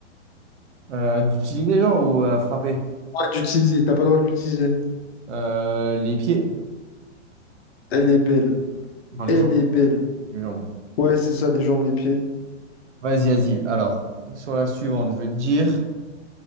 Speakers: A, on the right (about 70°); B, on the left (about 55°).
A: Euh, à utiliser, genre, ou à frapper?
B: Ouais, d'utiliser, t'as pas le droit de l'utiliser.
A: Euh, les pieds.
B: Elle est belle,
A: Enfin,
B: elle
A: les jambes.
B: est belle.
A: Les jambes.
B: Ouais, c'est ça, les jambes, les pieds.
A: Vas-y, vas-y. Alors, sur la suivante, je vais te dire